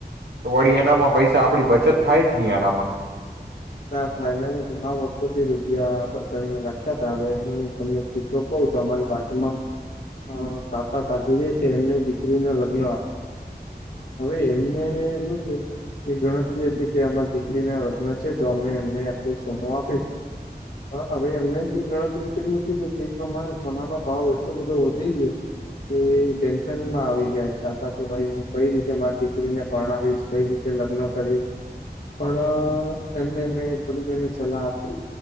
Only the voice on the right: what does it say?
તો વળી એનામાં પૈસા આપડી બચત થાય જ ની એનામાં